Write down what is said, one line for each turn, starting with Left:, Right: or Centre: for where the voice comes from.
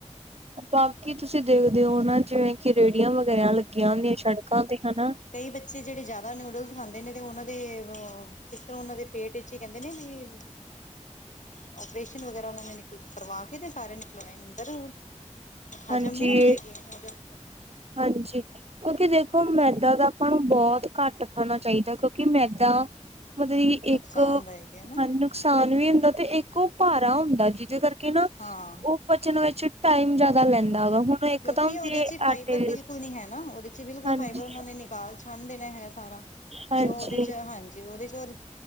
Right: ਬਾਕੀ ਤੂਸੀ ਦੇਖਦੇ ਓ, ਓਨਾ ਜਿਵੇਂ ਕਿ ਰੇੜੀਆਂ ਵਗੈਰਾ ਲੱਗੀਆਂ ਹੁੰਦੀਆਂ, ਸ਼ੜਕਾਂ ਤੇ, ਹਨਾ।
Left: ਕਈਂ ਬੱਚੇ ਜੇੜੇ ਜਾਦਾ ਨਿਊਡਲਸ ਖਾਂਦੇ ਨੇ, ਤੇ ਓਨਾਂ ਦੇ ਅ ਕਿਸ ਤਰਾਂ ਉਨਾਂ ਦੇ ਪੇਟ ਏਚ ਈ ਕੈਂਦੇ ਨੇ ਵੀ ਓਪਰੇਸ਼ਨ ਵਗੈਰਾ ਉਨਾਂ ਨੇ ਨਿਕਲ ਕਰਵਾ ਕੇ, ਤੇ ਸਾਰੇ ਨਿਕਲਵਾਏ ਅੰਦਰ
Right: ਹਾਂਜੀ
Left: ਹਜਮ ਨੀ ਹੁੰਦੇ ਹੈਗੇ ਨੂਡਲਸ ਵਗੈਰਾ।
Right: ਹਾਂਜੀ, ਕਿਉਂਕਿ ਦੇਖੋ ਮੈਦਾਂ ਤਾ ਆਪਾਂ ਨੂੰ ਬੋਤ ਘਾੱਟ ਖਾਨਾ ਚਾਈਦਾ, ਕਿਉਂਕਿ ਮੈਦਾਂ ਮਤਲਬ ਈ
Left: ਨੁਕਸਾਨਦਾਇਕ
Right: ਇੱਕ
Left: ਹੈ ਨਾ
Right: ਹਨ ਕਸਾਨ ਵੀ ਹੁੰਦੈ, ਤੇ ਇੱਕ ਓ ਭਾਰਾ ਹੁੰਦੈ, ਜਿਦੇ ਕਾਰਕੇ ਨਾ
Left: ਹਾਂ।
Right: ਪਚਨ ਵਿੱਚ ਟਾਈਮ ਜਾਦਾ ਲੈਂਦਾ ਹੈਗਾ ਹੁਣ ਇੱਕ
Left: ਕਿਉਂਕਿ
Right: ਤਾਂ
Left: ਓਦੇ
Right: ਜੇ
Left: ਚ ਫਾਈਬਰ
Right: ਆਟੇ ਦੇ
Left: ਬਿਲਕੁਲ ਨੀ ਹੈ ਨਾ, ਓਦੇ ਚ ਬਿਲਕੁਲ
Right: ਹਾਂਜੀ
Left: ਫਾਈਬਰ ਓਨਾਂ ਨੇ ਨਿਕਾਲ, ਛਾੱਨ ਦੇਨਾ ਹੈਗਾ ਸਾਰਾ।
Right: ਹਾਂਜੀ
Left: ਜੋ ਓਦੇ ਚ ਹਾਂਜੀ, ਉਦੇ ਚ ਔਰ